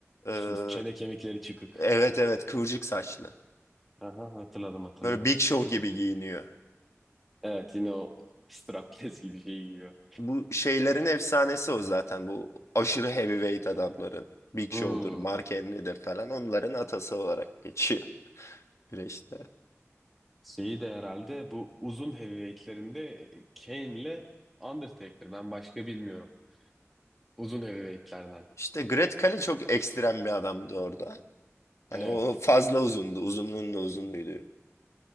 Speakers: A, on the left; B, in the centre.
A: Ee,
B: Su- Çene kemikleri çıkık.
A: evet evet kıvırcık saçlı.
B: Aha, hatırladım hatırladım.
A: Böyle Big Show gibi giyiniyor.
B: Evet yine o strapless gibi şeyi giyiyor.
A: Bu şeylerin efsanesi o zaten. Bu aşırı heavyweight adamların. Big Show'dur,
B: Hmm.
A: Mark Henry'dir falan. Onların atası olarak geçiyor <laughs> güreşte.
B: Şeyi de herhalde bu uzun heavyweightlerinde Kane'le Undertaker. Ben başka bilmiyorum. Uzun heavyweightlerden.
A: İşte Great Khali çok ekstrem bir adamdı orada. Hani
B: Evet.
A: o fazla uzundu. Uzunluğun da uzunuydu.